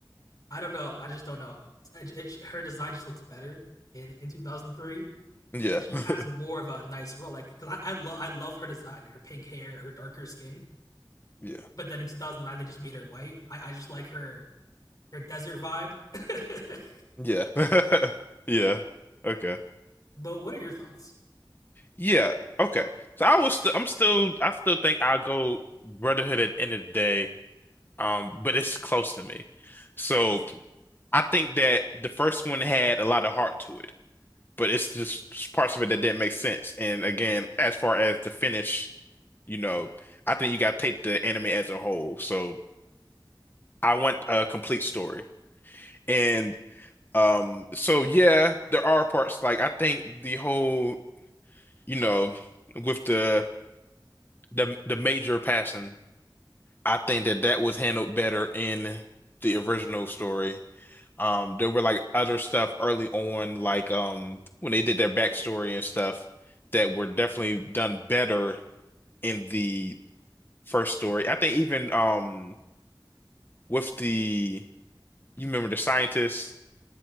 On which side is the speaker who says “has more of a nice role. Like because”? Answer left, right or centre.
Left